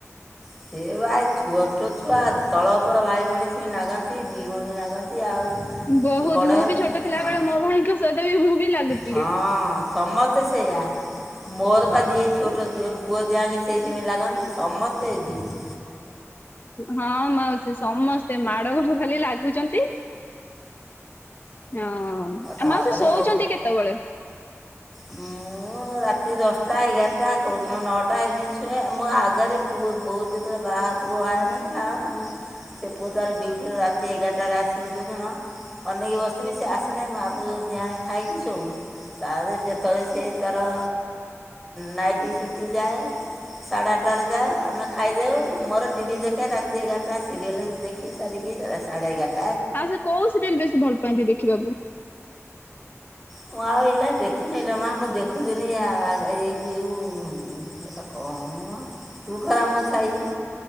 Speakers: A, in the centre; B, on the left.
A: ସେ ଭାଇ ଛୁ ଛୋଟ ଛୁଆ ତଳ ଉପର ଭାଇ ଭଉଣୀ ସ ନାଗନ୍ତି ଦି ଭଉଣୀ ନାଗନ୍ତି ଆଉ। ଟିକେ
B: ବହୁତ
A: ବଡ଼
B: ମୁଁ
A: ହେଲେ
B: ବି ଛୋଟ ଥିଲା
A: ହଁ
B: ବଳେ ମୋ ଭାଇଙ୍କ ସହିତ ବି ମୁଁ ବି ଲାଗୁଥିଲି।
A: ହଁ ସମସ୍ତେ ସେଇୟା। ମୋର ବା ଦି ଛୋଟ ପୁଅ ଦିଆକେ ସେଇଥିି ଲାଗନ୍ତି ସମସ୍ତେ ସେମିତ୍।
B: ହଁ ମାଉସୀ ସମସ୍ତେ ମାଡଘଙ୍କୁୁ ଖାଲି ଲାଗୁଛନ୍ତି ହଁ ଆ
A: ତାପରେ
B: ମାଉସୀ ଶୋଉଛନ୍ତି କେତେବେଳେ?
A: ମୁଁ ମୁଁ ରାତି ଦଶଟା ଏଗାରଟା କଉଁଦିନ ନଅଟା ଏମିତି ଛୁଏଁ ମୋ ଆଗରେ ପ ବହୁତ ଯେତେବେଳେ ବାହାରୁ ପୁଅ ଆଇନ ଥିଲା ମୁଁ ସେ ପୁଅ ତାର ଡ୍ୟୁଟିରୁ ରାତି ଏଗାରଟାରେ ଆସିବ ଯେଉଁଦିନ ଅନେଇ କି ବସିଥିବି ବି ସେ ଆସନେ ମା ପୁ ଯିଆ ଖାଇକି ଶୁଉଁ ତାର ଯେତେବେଳେ ସିଏ ତାର ନାଇଟିି ସିଟି ଯାଏ ସାଢ଼େ ଆଠଟାରେ ଯାଏ ଆମେ ଖାଇଯାଉ ମୋର ଟିଭିି ଦେଖେ ରାତି ଏଗାରଟା ସିରିଏଲ୍ ଦେ ଖି ସାରିକି ସାଢେ ଏଗାର
B: ହଁ ସେ କୋଉ ସିରିଏଲ ବେଶୀ ଭଲ ପାଆନ୍ତି ଦେଖିବାକୁ?
A: ମୁଁ ଆଉ ଏଲା ଦେଖୁନି ଲୋ ମା ମୁଁ ଦେଖୁିଥିନି ଆ ଏ ଯଉ ସେଟା କଣ ମ ତୁ ଖରା ମୁଁ ଛାଇ।